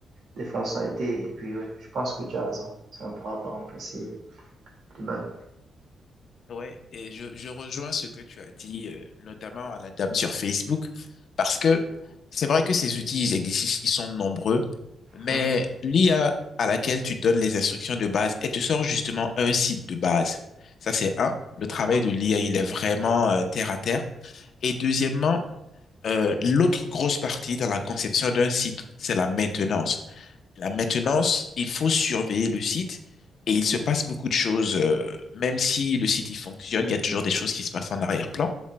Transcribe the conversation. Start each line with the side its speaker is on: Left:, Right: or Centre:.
Right: des fonctionnalités. Et puis, ouais, je pense que tu as raison. Ça ne pourra pas remplacer l'humain.
Left: Ouais, et je, je rejoins ce que tu as dit, euh, notamment à la dame sur Facebook, parce que c'est vrai que ces outils, ils existent, ils sont nombreux, mais
Right: Mmh.
Left: l'IA à laquelle tu donnes les instructions de base, elle te sort justement un site de base. Ça, c'est un. Le travail
Right: Mmh.
Left: de l'IA, il est vraiment euh, terre à terre. Et deuxièmement, euh, l'autre grosse partie dans la conception d'un site, c'est la maintenance. La maintenance, il faut surveiller le site et il se passe beaucoup de choses. euh, même si le site il fonctionne, il y a toujours des choses qui se passent en arrière-plan.